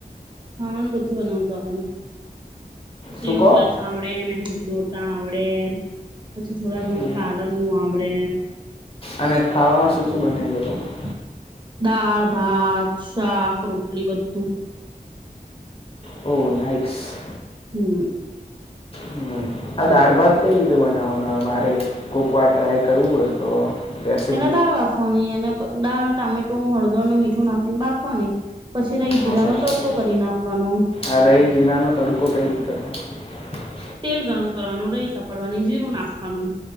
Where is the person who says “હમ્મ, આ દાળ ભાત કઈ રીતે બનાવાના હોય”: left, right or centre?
Left